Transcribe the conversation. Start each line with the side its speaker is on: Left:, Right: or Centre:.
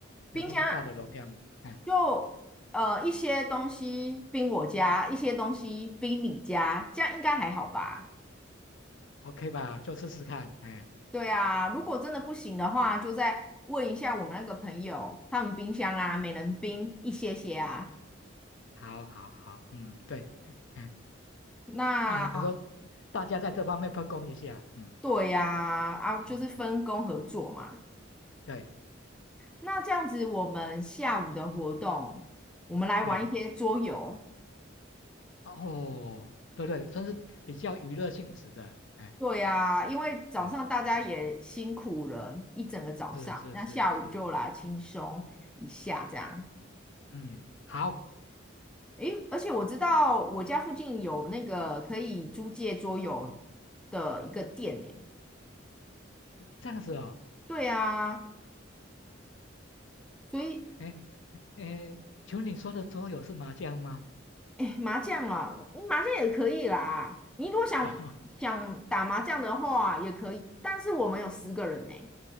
Left: 有那么大的容量吗哎
Centre: 冰箱。就呃一些东西冰我家，一些东西冰你家，这样应该还好吧？
Left: ，OK 吧，就试试看。哎，
Centre: 对啊，如果真的不行的话，就再问一下我们那个朋友，他们冰箱啊，每人冰一些些啊。
Left: 好好好，嗯，对，哎哎，
Centre: 那
Left: 哎等于说大家在这方面分工一下，嗯
Centre: 对呀，啊，就是分工合作嘛。
Left: 嗯嗯，对
Centre: 那这样子，我们下午的活动，我们来玩一些桌游。
Left: 对。哦，对对，算是比较娱乐性质的，哎，
Centre: 对呀，因为早上大家也辛苦了一整个早上，
Left: 嗯嗯，是是是是，
Centre: 那下午就来轻松一下这样。
Left: 嗯嗯，好，
Centre: 诶，而且我知道我家附近有那个可以租借桌游的一个店呢。
Left: 这样子哦，
Centre: 对啊，所以
Left: 哎哎，请问你说的桌游是麻将吗？
Centre: 诶，麻将啊，嗯麻将也可以啦。你如果想想打麻将的话也可以，
Left: <laughs>
Centre: 但是我们有十个人呢，